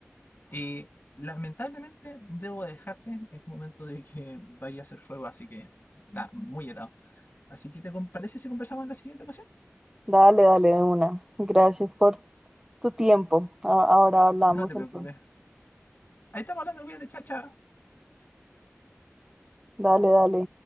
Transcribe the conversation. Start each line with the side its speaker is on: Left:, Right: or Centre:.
Left: Y lamentablemente debo dejarte, es momento de que vaya a hacer fuego, así que está muy helado. Así que te parece si conversamos en la siguiente ocasión.
Right: Dale, dale de una. Gracias por tu tiempo. A- Ahora hablamos
Left: No te preocupes.
Right: entonces.
Left: Ahí estamos hablando, cuídate, chacha.
Right: Dale, dale.